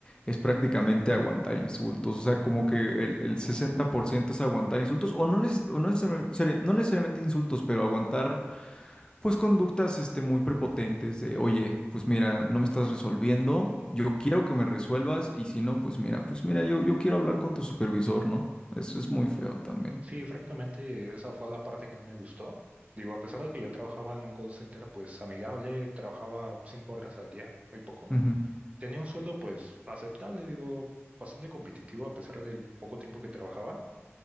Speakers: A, on the left; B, on the right.
A: es prácticamente aguantar insultos, o sea, como que el, el
B: ujú.
A: 60% es aguantar insultos o no, neces- o no necesariamente no necesariamente insultos, pero aguantar pues conductas este, muy prepotentes de, oye, pues mira, no me estás resolviendo,
B: No,
A: yo quiero que me resuelvas y si no, pues mira, pues mira, yo, yo quiero hablar con tu supervisor, ¿no? Eso es muy feo también.
B: Sí, francamente esa fue la parte que no me gustó. Digo, a pesar de que yo trabajaba en un call center pues amigable, trabajaba cinco horas al día, muy poco.
A: Ujú,
B: Tenía un sueldo pues aceptable, digo, bastante competitivo a pesar del poco tiempo que trabajaba.